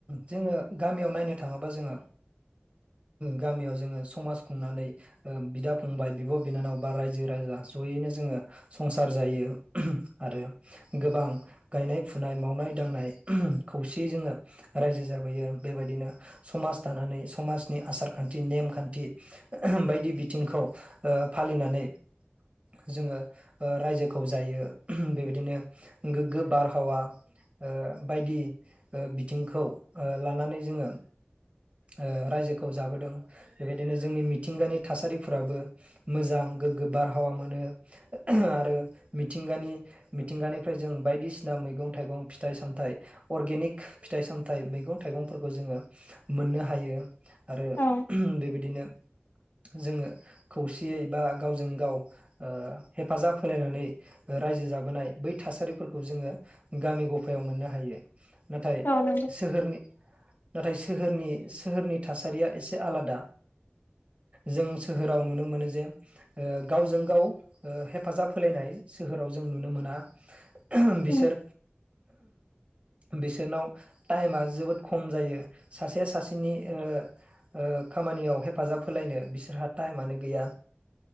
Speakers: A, on the right; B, on the left.
A: जोङो गामियाव नायनो थाङोबा जोङो गामियाव जोङो समाज खुंनानै ओ बिदा फंबाय बिब' बिनानाव बा रायजो राजा जयैनो जोङो संसार जायो आरो गोबां गायनाय फुनाय मावनाय दांनाय खौसेयै जोङो रायजो जाबोयो बेबायदिनो समाज दानानै समाजनि आसार खान्थि नेमखान्थि बायदि बिथिंखौ ओ फालिनानै जोङो ओ रायजोखौ जायो बेबायदिनो गोग्गो बार हावा ओ बायदि ओ बिथिंखौ ओ लानानै जोङो ओ रायजोखौ जाबोदों बेबायदिनो जोंनि मिथिंगानि थासारिफोराबो मोजां गोग्गो बारहावा मोनो आरो मिथिंगानि मिथिंगानिफ्राय जों बायदिसिना मैगं थाइगं फिथाइ सामथाइ अर्गेनिक फिथाइ सामथाइ मैगं थाइगंफोरखौ जोङो मोननो हायो। आरो
B: औ
A: बेबायदिनो। जोङो खौसेयै बा गावजों गाव ओ हेफाजाब होलायनानै रायजो जाबोनाय बै थासारिफोरखौ जोङो गामि गफायाव मोननो हायो। नाथाय
B: औ नंगौ
A: सोहोरनि। नाथाय सोहोरनि सोहोरनि थासारिया एसे आलादा जों सोहोराव नुनो मोनो जे ओ गावजों गाव ओ हेफाजाब होलायनाय सोहोराव जों नुनो मोना। बिसोर
B: उम
A: बिसोरनाव टाइमा जोबोद खम जायो। सासेया सासेनि ओ -ओ- खामानियाव हेफाजाब होलायनो बिसोरहा टाइमानो गैया।